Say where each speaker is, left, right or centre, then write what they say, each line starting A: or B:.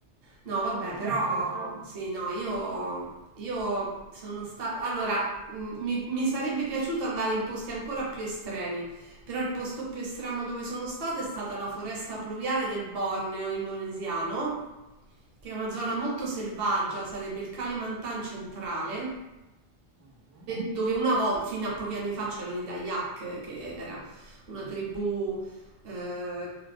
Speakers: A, on the right; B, on the right.
A: No, vabbè, però
B: te invece?
A: sì, no, io, io sono stata... Allora, mh, mi, mi sarebbe piaciuto andare in posti ancora più estremi, però il posto più estremo dove sono stata è stata la foresta pluviale del Borneo indonesiano, che è una zona molto selvaggia, sarebbe il Kalimantan centrale.
B: Mhm.
A: dove una volta, fino a pochi anni fa, c'erano i Dayak, che era una tribù eh,